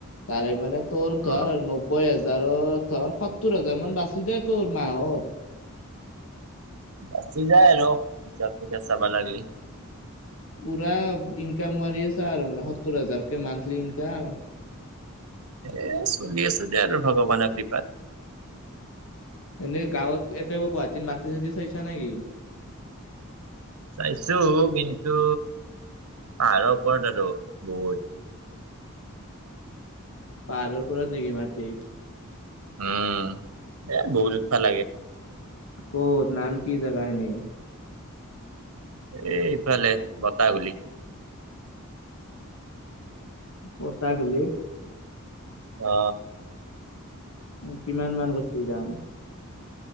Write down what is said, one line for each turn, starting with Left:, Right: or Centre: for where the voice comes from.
Left: তাৰে মানে তোৰ
Right: অ
Left: ধৰ নবৈ হাজাৰত ধৰ সত্তৰ হাজাৰ মান বাছি যায় তোৰ মাহত
Right: বাচি যাই আৰু হিচাপটোকে চাব লাগলি
Left: পুৰা ইনকাম মাৰি আছা আৰু মানে সত্তৰ হাজাৰকে মান্থলি ইনকাম
Right: এ চলি আছো দে আৰু ভগৱানৰ কৃপাত
Left: এনেই গাঁৱত এতিয়াপা গুৱাহাটীত মাটি চাতি চইচা না কি
Right: চাইছো কিন্তু পাহাৰৰ ওপৰত আৰু বহুত
Left: পাহাৰৰ ওপৰত নেকি মাটি
Right: উম এ বহুত উঠব লাগে
Left: ক'ত নাম কি জাগা খিনিৰ
Right: এইফালে বতাহগলি
Left: বতাহগলি
Right: অ
Left: কিমান মান কছে দাম